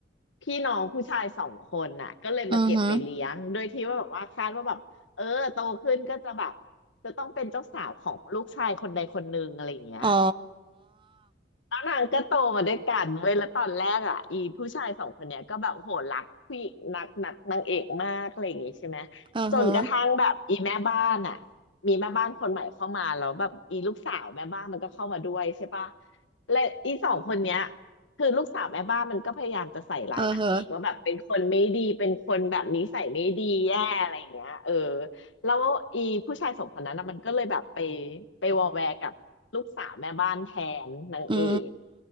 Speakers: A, on the left; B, on the right.
A: พี่น้องผู้ชายสองคนน่ะก็เลยมาเก็บไปเลี้ยงโดยที่ว่าแบบว่าคาดว่าแบบเออโตขึ้นก็จะแบบ
B: อือฮึ
A: จะต้องเป็นเจ้าสาวของลูกชายคนใดคนหนึ่งอะไรอย่างเงี้ย
B: อ๋อ
A: แล้วนางก็โตมาด้วยกันเว้ยแล้วตอนแรกอ่ะอีผู้ชายสองคนเนี้ยก็แบบโหรักผู้หญิงนักนักนางเอกมากอะไรอย่างงี้ใช่ไหม
B: เออฮะ
A: จนกระทั่งแบบอีแม่บ้านอ่ะมีแม่บ้านคนใหม่เข้ามาแล้วแบบอีลูกสาวแม่บ้านมันก็เข้ามาด้วยใช่ปะและอีสองคนเนี้ยคือลูกสาวแม่บ้านมันก็พยายามจะใส่ร้ายนางเอกว่าแบบเป็นคนไม่ดีเป็นคนแบบนิสัยไม่ดีแย่อะไรอย่างเงี้ยเออ
B: เออฮะ
A: แล้วอีผู้ชายสองคนนั้นนะมันก็เลยแบบไปไปวอแวร์กับลูกสาวแม่บ้านแทนนางเอก
B: อื